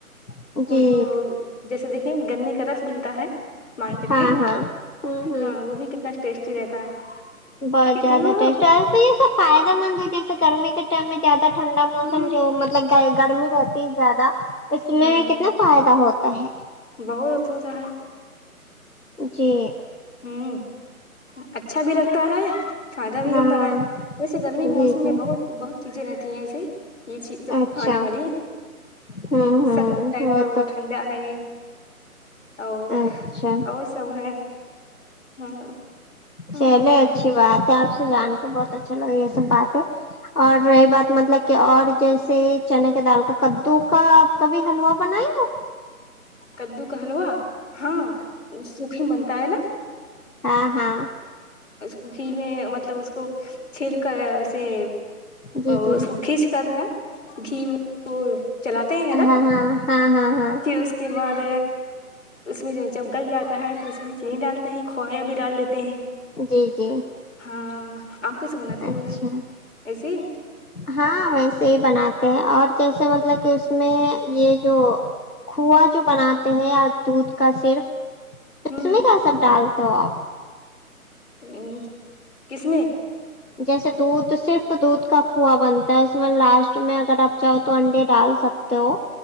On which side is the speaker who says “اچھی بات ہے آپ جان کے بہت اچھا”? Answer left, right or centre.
Left